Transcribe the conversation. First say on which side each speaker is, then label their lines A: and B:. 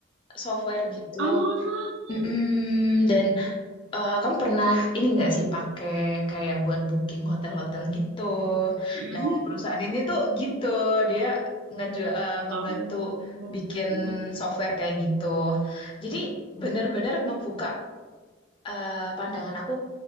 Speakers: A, on the left (about 25°); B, on the right (about 75°).
A: software gitu.
B: Oh.
A: Mm-mm, dan Eh, kamu pernah ini nggak sih pakai kayak buat booking hotel-hotel gitu?
B: Mm.
A: Nah, perusahaan ini tuh gitu, dia ngejua- eh, ngebantu
B: Oh.
A: bikin software kayak gitu. Jadi bener-bener ngebuka eh, pandangan aku,